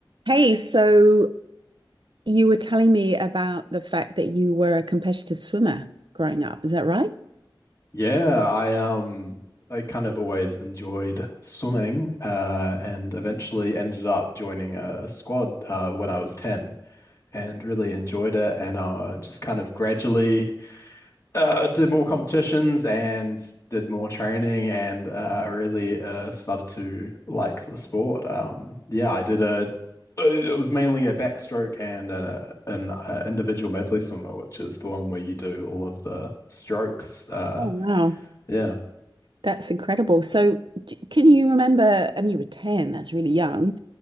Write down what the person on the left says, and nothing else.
Yeah, I um I kind of always enjoyed swimming uh and eventually ended up joining a squad uh when I was 10 and really enjoyed it and uh just kind of gradually uh did more competitions and did more training and uh really uh started to like the sport. Um yeah, I did a it was mainly a backstroke and an, uh, an uh, individual medley swimmer, which is the one where you do all of the strokes. Uh,
yeah.